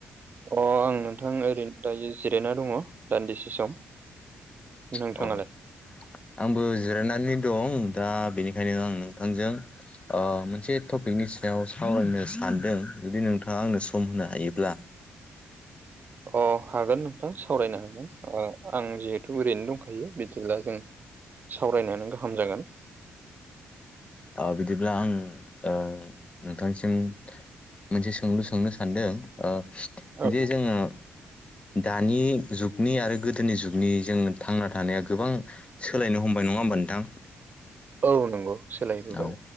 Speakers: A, on the right; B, on the left.
A: अ आं नोंथां ओरैनो दायो जिरायना दंङो दान्दिसे सम नोंथाङालाय
B: औ आंबो जिरायनानै दं दा बेनिखायनो आं नोंथांजों मोनसे टपिकनि सायाव सावरायनो सानदों जुदि नोंथांङा आंनो सम होनो हायोब्ला
A: अ हागोन नोंथां सावरायनो हागोन आं जिहेथु ओरैनो दंखायो बिदिब्ला जों सावरायनायानो गाहाम जागोन
B: औ बिदिब्ला आं नोंथांसिम मोनसे सोंलु सोंनो सानदों
A: औ
B: जे जोंङो दानि जुगनि आरो गोदोनि जुगनि जों थांना थानाया गोबां सोलायनो हमबाय नंङा होमबा नोंथां
A: औ सोलायबोबाय
B: औ